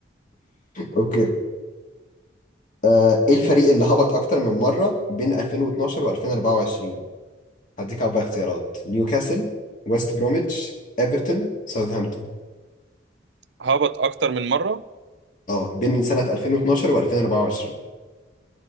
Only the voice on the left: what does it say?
اوكي أه... ايه الفريق اللي هبط اكتر من مره بين 2012 و2024 هديك اربع اختيارات نيوكاسل ويست بروميتش ايفرتون ساوثهامبتون
اه بين سنه 2012 و2024